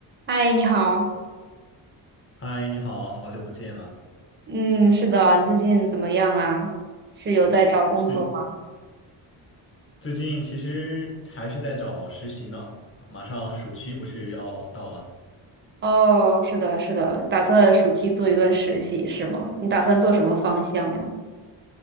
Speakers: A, on the right; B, on the left.
A: 嗨，你好。
B: 嗨，你好，好久不见了。
A: 嗯，是的，你最近怎么样啊？是有在找工作吗？
B: 最最近其实还是在找实习呢，马上暑期不是要到了。
A: 哦，是的，是的，打算暑期做一段实习是吗？你打算做什么方向呀？